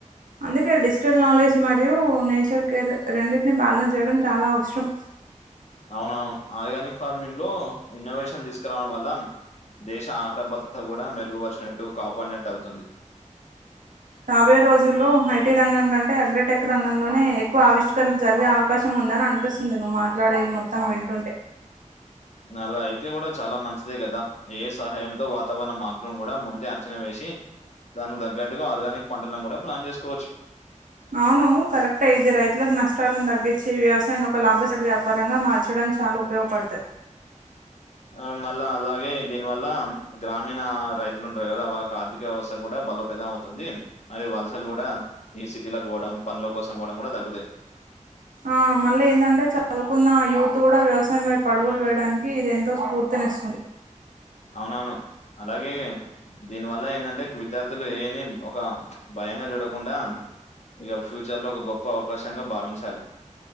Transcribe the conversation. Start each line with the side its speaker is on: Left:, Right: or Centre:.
Right: అందుకే డిజిటల్ నాలెడ్జ్ మరియు నేచర్ కేర్ రెండింటిని బ్యాలెన్స్ చేయడం చాలా అవసరం
Left: అవునవును ఆర్గానిక్ ఫార్మింగ్లో ఇన్నోవేషన్ తీస్కురావడం వల్ల దేశ ఆహార భద్రత కూడా మెరుగుపరిచినట్టు కాపాడినట్టు అవుతుంది
Right: రాబోయే రోజుల్లో ఐటీ రంగం కంటే అగ్రటెక్ రంగంలోనే ఎక్కువ ఆవిష్కరణలు జరిగే అవకాశం ఉందని అనిపిస్తు వుంది నువ్వు మాట్లాడేది మొత్తం వింటుంటే
Left: అలా అయితే కూడా చాలా మంచిదే కదా ఏ సహాయంతో వాతావరణం మా మార్పులను కూడా ముందే అంచనా వేసి దాన్ని తగ్గట్టుగా ఆర్గానిక్ పంటలను కూడా ప్లాన్ చేస్కోవచ్చు
Right: అవును కరెక్టే ఇది రైతులకు నష్టాలను తగ్గించి వ్యవసాయాన్ని ఒక లాభసాటి వ్యాపారంగా మార్చడం చాలు ఉపయోగపడ్తే
Left: ఆ మళ్ళా అలాగే దీని వల్ల గ్రామీణ రైతులుంటారు కదా వాళ్ళకి ఆర్థిక వ్యవస్థ కూడా బలోపేతం అవుతుంది మరి వలసలు కూడా ఈ సిటీలకు పొవడం పనుల కోసం పోవడం కూడా తగ్గుతాయి
Right: ఆ మళ్ళీ ఏందంటే చదువుకున్న యూత్ కూడా వ్యవసాయం వైపు అడుగులు వేయడానికి ఇది ఎంతో స్ఫూర్తినిస్తుంది
Left: అవునవును అలాగే దీని వల్ల ఎందంటే విద్యార్థులు ఏఐ ఒక భయంగా జూడకుండా ఇక ఫ్యూచర్లో ఒక గొప్ప అవకాశంగా భావించాలి